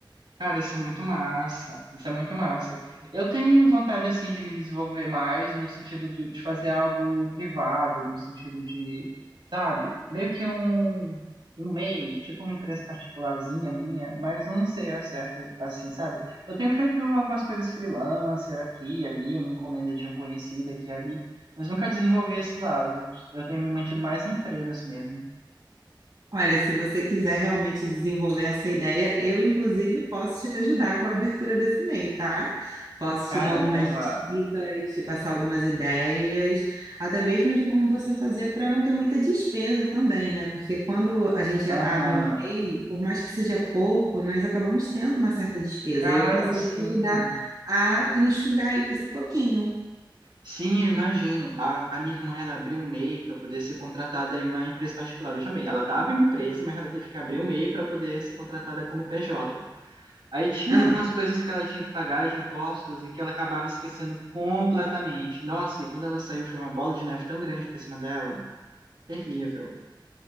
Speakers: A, on the right; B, on the right.
A: Cara, isso é muito massa. Isso é muito massa. Eu tenho vontade, assim, de me desenvolver mais no sentido do- de fazer algo privado, no sentido de, sabe, meio que um, um MEI, tipo uma empresa particularzinha minha, mas eu não sei a certo, assim, sabe? Eu tenho feito algumas coisas freelancer aqui e ali, uma encomenda de um conhecido aqui e ali, mas nunca desenvolvi esse lado. Eu tenho me mantido mais em empresas mesmo.
B: Olha, se você quiser realmente desenvolver essa ideia, eu, inclusive, posso te ajudar com a abertura desse mail, tá? Posso
A: Caramba!
B: te dar algumas dicas, te passar algumas ideias, até mesmo de como você fazer para não ter muita despesa também, né? Porque quando a gente
A: Aham.
B: abre um mail, por mais que seja pouco, nós acabamos tendo uma certa despesa.
A: Cara,
B: E eu consigo
A: sim.
B: te ajudar a enxugar isso um pouquinho.
A: Sim, eu imagino. A, a minha irmã, ela abriu um MEI para poder ser contratada em uma empresa particular. Veja bem, ela estava em uma empresa, mas ela teve que abrir um MEI para poder ser contratada como PJ. Aí tinha
B: Aham.
A: algumas coisas que ela tinha que pagar de impostos e que ela acabava esquecendo completamente. Nossa, e quando ela saiu foi uma bola de neve tão grande para cima dela. Terrível.